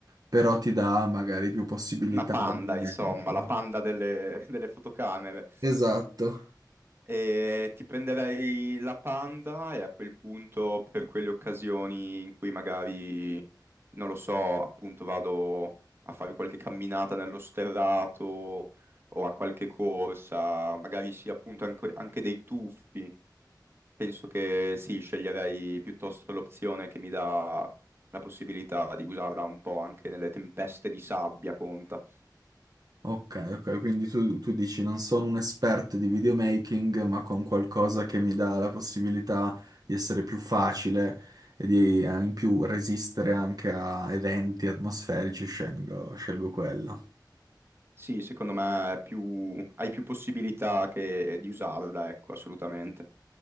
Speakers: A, on the right; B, on the right.
A: però ti dà magari più possibilità
B: Una panda,
A: di immergerlo.
B: insomma, la panda delle, delle fotocamere.
A: Esatto.
B: E ti prenderei la Panda e a quel punto, per quelle occasioni in cui magari, non lo so, appunto vado a fare qualche camminata nello sterrato o a qualche corsa, magari sì, appunto anche, anche dei tuffi. Penso che sì, sceglierei piuttosto l'opzione che mi dà la possibilità di usarla un po' anche nelle tempeste di sabbia, conta.
A: Ok, ok, quindi tu, tu dici non sono un esperto di videomaking, ma con qualcosa che mi dà la possibilità di essere più facile e di eh, in più resistere anche a eventi atmosferici, scelgo, scelgo quella.
B: Sì, secondo me è più- hai più possibilità che- di usarla, ecco, assolutamente.